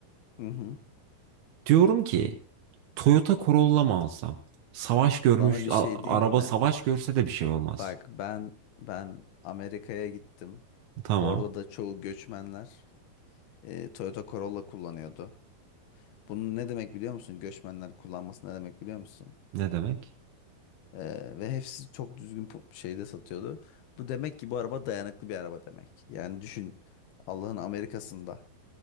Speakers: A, on the left; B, on the right.
A: Hı hı.
B: Diyorum ki Toyota Corolla mı alsam? Savaş görmüş,
A: Sana bir
B: a-
A: şey diyeyim
B: araba
A: mi?
B: savaş görse de bir şey olmaz.
A: Bak ben ben Amerika'ya gittim.
B: Tamam.
A: Orada da çoğu göçmenler e, Toyota Corolla kullanıyordu. Bunun ne demek biliyor musun? Göçmenler kullanması ne demek biliyor musun?
B: Ne demek?
A: E, ve hepsi çok düzgün pu- şeyde satıyordu. Bu demek ki bu araba dayanıklı bir araba demek. Yani düşün Allah'ın Amerika'sında